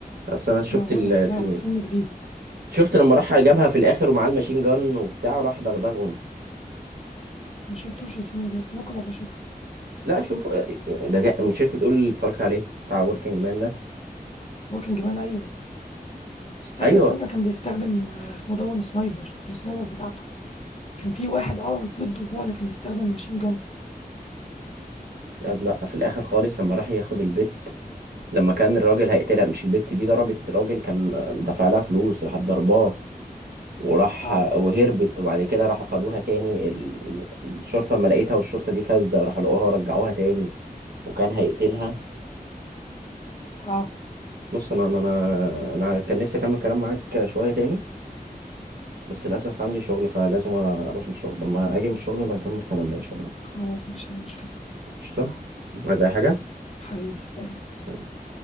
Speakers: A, on the right; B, on the left.
A: اصل انا شفت
B: أنا بقول
A: ال-
B: لك
A: الفيلمين
B: لا هو فيلم جديد
A: شفت لما راح جابها في الاخر ومعاه الماشين جان وبتاع وراح دغدغهم
B: ما شفتوش الفيلم ده بس ممكن أبقى أشوفه
A: لا شوف آه، ده جاء من شركة بتقول اتفرجت عليه بتاع وركينج مان ده
B: وركينج مان أيوه آخر
A: ايوه
B: فيلم كان بيستخدم آه، اسمه دون سنايبر السنايبر بتاعته كان في واحد أه ضده هو اللي كان بيستخدم ماشين جون
A: لا لا، في الاخر خالص لما راح ياخد البت لما كان الراجل هيقتلها مش البت دي ضربت راجل كان دافع لها فلوس راحت ضرباه وراح
B: أه
A: آه، وهربت وبعد كده راحوا خدوها تاني ال- الشرطة اما لقيتها والشرطة دي فاسدة راحوا لقوها ورجعوها تاني وكان هيقتلها
B: أه
A: بص انا انا انا أنا كان نفسي اكمل كلام معاك شوية تاني بس للأسف عندي شغل فلازم أروح الشغل لما أجي من الشغل بنكمل كلامنا إن شاء الله
B: خلاص مفيش أي مشكلة
A: قشطة عايز اي حاجه
B: حبيبي سلام
A: سلام.